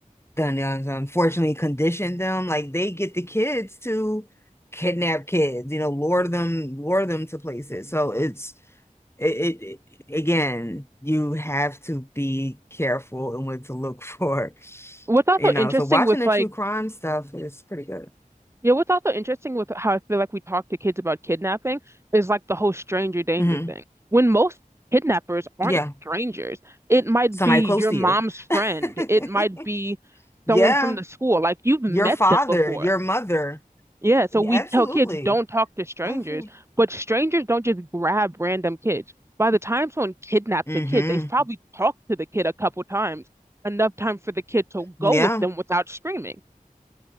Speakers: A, on the left (about 15°); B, on the right (about 20°).
A: done done, unfortunately conditioned them like they get the kids to kidnap kids you know lure them lure them to places so it's it, it, it again you have to be careful and what to look <laughs> for
B: What's also
A: you know
B: interesting
A: so watching
B: with
A: the
B: like
A: true crime stuff is pretty good
B: yeah, what's also interesting with how I feel like we talk to kids about kidnapping is like the whole stranger danger
A: hmm
B: thing. When most kidnappers aren't
A: yeah
B: strangers, it might
A: somebody
B: be
A: close
B: your
A: to
B: mom's
A: you
B: friend,
A: <laughs>
B: it might be
A: yeah
B: someone from the school. Like you've met
A: your father
B: them before.
A: your mother
B: Yeah, so
A: Yeah,
B: we
A: absolutely
B: tell kids don't talk to strangers,
A: absolutely
B: but strangers don't just grab random kids. By the time someone kidnaps
A: hmm
B: a kid, they've probably talked to the kid a couple times, enough time for the kid to
A: yeah
B: go with them without screaming.